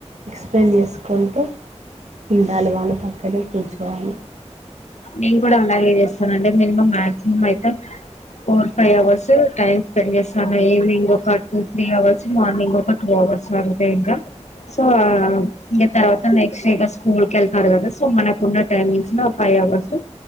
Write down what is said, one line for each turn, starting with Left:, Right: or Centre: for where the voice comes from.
Right: ఎక్స్ప్లెయిన్ చేసుకుంటూ ఉండాలి వాళ్ళ పక్కనే కూర్చోవాలి
Left: నేను కూడా అలాగే చేస్తాను అండి మినిమ మాక్సిమం అయితే four five hours time spend చేస్తాను. ఈవినింగ్ ఒక టూ త్రీ అవర్స్ మార్నింగ్ ఒక టూ అవర్స్ అవుతాయి ఇంకా సో ఇంగ తర్వాత నెక్స్ట్ వీక్స్ స్కూల్ కెళ్తారు కదా సో మనకున్న టైమింగ్స్ ఫైవ్ అవర్స్ సు